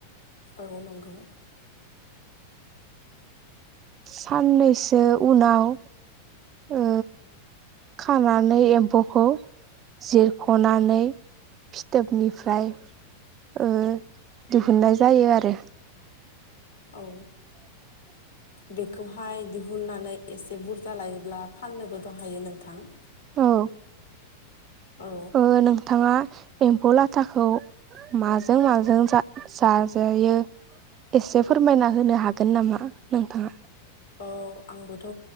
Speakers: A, on the left; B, on the right.
A: औ नंगौ
B: साननैसो उनाव ओ खानानै एम्फौखौ जिरख'नानै फिथोबनिफ्राय ओ दिहुननाय जायो आरो <inaudible>
A: औ बेखौहाय दिहुननानै एसे बुरजा लायोब्ला फाननोबोथ' हायो नोंथां
B: औ
A: औ
B: ओ नोंथाङा एम्फौ लाथाखौ माजों माजों जा जाजायो एसे फोरमायना होनो हागोन नामा नोंथाङा
A: औ आंबोथ'